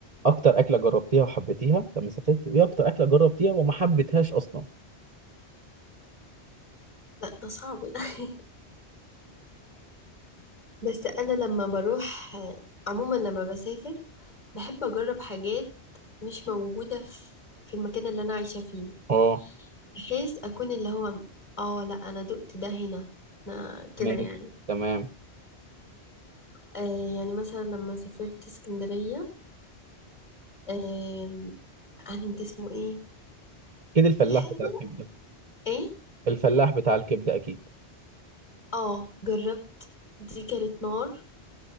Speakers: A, on the right; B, on the left.
A: اكتر اكله جربتيها وحبيتيها لما سافرت وايه اكتر اكله جربتيها وما حبيتهاش اصلا
B: لا ده صعب ده <laughs> بس أنا لما بروح عموما لما بسافر بحب أجرب حاجات مش موجودة في في المكان اللي أنا عايشة فيه
A: اه
B: بحيث أكون اللي هو اه لا أنا دقت ده هنا أنا كده
A: ماشي
B: يعني
A: تمام
B: آه يعني مثلا لما سافرت اسكندرية آه عند اسمه ايه
A: كده الفلاح
B: في حاجة
A: بتاع الحب
B: ايه
A: الفلاح بتاع الكبده اكيد
B: اه جربت دي كانت نار